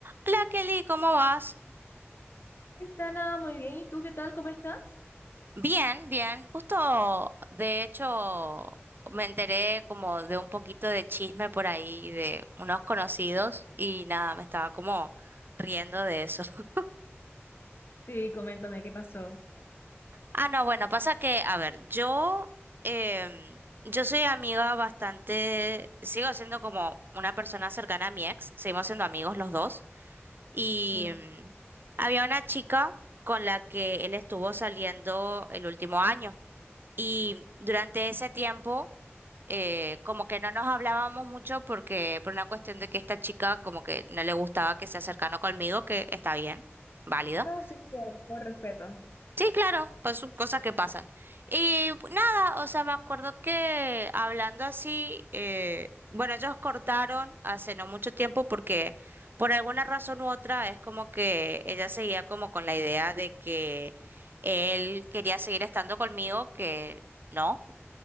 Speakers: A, on the right; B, on the left.
A: Hola Kelly, ¿cómo vas?
B: Tana, muy bien. ¿Y tú qué tal? ¿Cómo estás?
A: Bien, bien. Justo, de hecho, me enteré como de un poquito de chisme por ahí de unos conocidos y nada, me estaba como riendo de eso. <laughs>
B: Sí, coméntame, ¿qué pasó?
A: Ah, no, bueno, pasa que, a ver, yo, em, yo soy amiga bastante, sigo siendo como una persona cercana a mi ex, seguimos siendo amigos los dos y
B: Mm,
A: em, había una chica con la que él estuvo saliendo el último año. Y durante ese tiempo, eh, como que no nos hablábamos mucho porque, por una cuestión de que esta chica como que no le gustaba que se acercara conmigo, que está bien, válido.
B: No, sí, por, por respeto. ajá.
A: Sí, claro, pues son cosas que pasan. Y pues, nada, o sea, me acuerdo que hablando así, eh, bueno, ellos cortaron hace no mucho tiempo porque por alguna razón u otra es como que ella seguía como con la idea de que él quería seguir estando conmigo, que no.